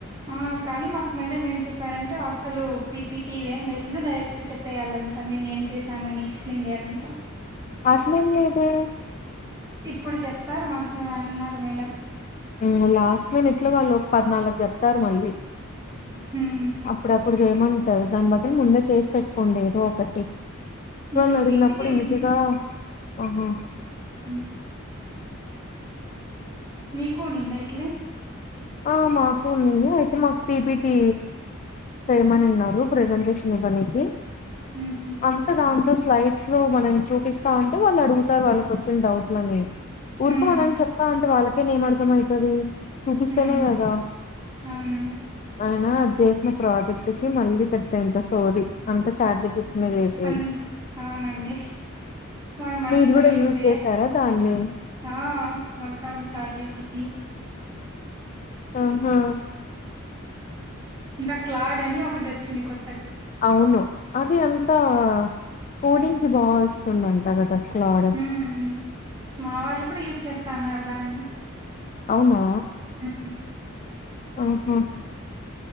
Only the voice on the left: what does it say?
అట్లేం లేదు.
ఆ లాస్ట్ లోనెట్లా వాళ్ళు ఒక పదినాళ్ళకు చెప్తారు మళ్ళీ
అప్పుడప్పుడు చేయమంటారు దాని బదులు ముందే చేసి పెట్టుకోండి ఏదో ఒకటి
వాళ్ళు అడిగినప్పుడు
ఈజీగా ఆహా
ఆ మాకు ఉన్నింది అయితే మాకు పీపిటి చేయమని ఉన్నారు ప్రజెంటేషన్ ఇవ్వనికి
అంత దాంట్లో స్లైడ్స్ లో మనం చూపిస్తా అంటే వాళ్ళు అడుగుతారు వాళ్ళకి వచ్చిన డౌట్లని ఊరుకున్నామని
చెప్తా అంటే వాళ్ళకైనా ఏం అర్ధం అయితాది
చెప్తెనే కదా
అయిన అది చేసిన ప్రాజెక్ట్ కి మళ్ళీ పెద్ద ఇంకా సోది అంత ఛార్జ్ పిట్నె చేసేది
మీరు కూడా
యూజ్
చేసారా దాన్ని
ఆహా
అవును అది అంతా కోడింగ్ కి బాగా వస్తుందంట కదా క్లాడ
అవునా
ఆహా